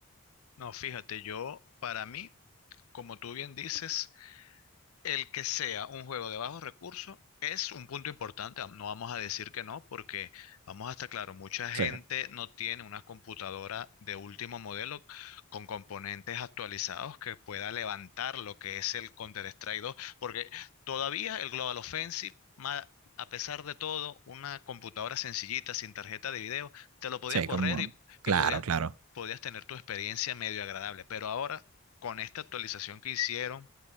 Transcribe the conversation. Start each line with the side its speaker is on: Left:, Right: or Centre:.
Left: No, fíjate, yo, para mí, como tú bien dices, el que sea un juego de bajos recursos es un punto importante. No vamos a decir que no, porque vamos a estar claro, mucha gente
Right: Sí,
Left: no tiene una computadora de último modelo con componentes actualizados que pueda levantar lo que es el Counter-Strike 2, porque todavía el Global Offensive, ma- a pesar de todo, una computadora sencillita, sin tarjeta de video, te lo podía
Right: sí,
Left: correr
Right: como.
Left: y,
Right: Claro,
Left: y podía-
Right: claro.
Left: podías tener tu experiencia medio agradable. Pero ahora, con esta actualización que hicieron,